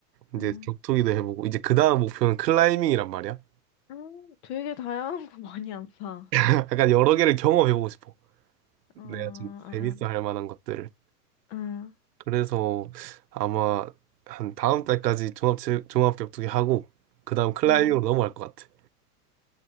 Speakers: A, on the right; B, on the left.
A: 이제
B: 음,
A: 격투기도 해보고, 이제 그 다음 목표는 클라이밍이란 말이야.
B: 음. 되게 다양한 거 많이 안 사.
A: <laughs> 약간 여러 개를 경험해보고 싶어.
B: 어, 아,
A: 내가 좀 재밌어 할 만한 것들을.
B: 아, 아,
A: 그래서 아마 한 다음 달까지 종합 체- 종합 격투기 하고 그다음 클라이밍으로
B: 음.
A: 넘어갈 것 같아.